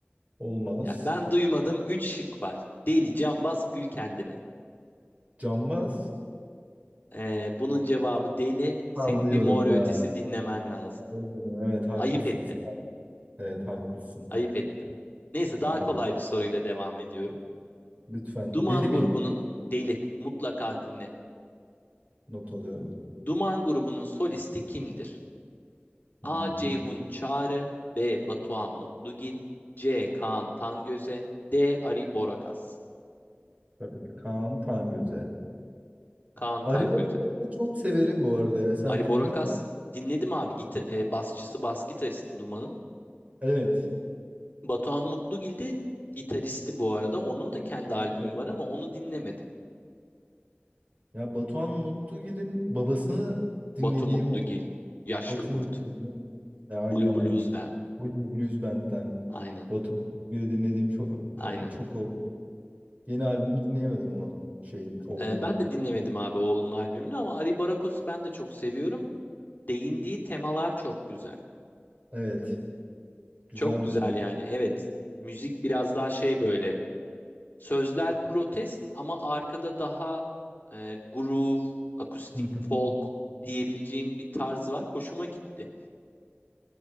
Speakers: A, on the right; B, on the left.
A: olmaz.
B: Ya ben duymadım. Üç şık var. Deli, Cambaz, Gül kendine.
A: Cambaz.
B: Ee, bunun cevabı deli. Senin
A: Sallıyorum
B: bir Mor ve
A: ya.
B: Ötesi dinlemen lazım.
A: Aynen, Evet haklısın.
B: Ayıp ettin.
A: Evet haklısın.
B: Ayıp ettin. Neyse
A: Ya
B: daha kolay bir soruyla devam ediyorum.
A: lütfen.
B: Duman
A: Deli miyim?
B: grubunun Deli mutlaka dinle.
A: Not alıyorum.
B: Duman grubunun solisti kimdir?
A: Hı
B: A.
A: hı.
B: Ceyhun Çağrı B. Batuhan Mutlugil C. Kaan Tangöze D. Ari Borakas
A: Tabii. Kaan Tangöze.
B: Kaan
A: Arıbot'u
B: Tangöze
A: çok severim bu arada ya. Sen
B: Ari
A: dinliyor
B: Borakas
A: musun?
B: dinledim abi gita- e, basçısı bas gitaristi Duman'ın.
A: Evet.
B: Batuhan Mutlugil de gitaristi bu arada. Onun da kendi albümü
A: Tabii.
B: var ama onu dinlemedim.
A: Ya Batuhan Mutlugil'in babasını dinlediğim
B: Batu Mutlugil,
A: o.
B: Yaşlı
A: Batu
B: Kurt,
A: Mutlugil. E, aynen
B: Blue Blues
A: abi. İşte
B: Band.
A: Blue Blues Band'den.
B: Aynen,
A: Batu Mutlugil'i dinlediğim çok
B: aynen.
A: e, çok o. Yeni albümü dinleyemedim ama şeyin oğlunun.
B: Ee, ben de dinlemedim abi oğlunun albümünü ama Ari Barakos'u ben de çok seviyorum. Değindiği temalar çok güzel.
A: Evet. Güzel
B: Çok
A: müzik.
B: güzel yani evet. Müzik biraz daha şey böyle. Sözler protest ama arkada daha e, groove, akustik
A: Hı hı.
B: folk diyebileceğim bir tarz var. Hoşuma gitti.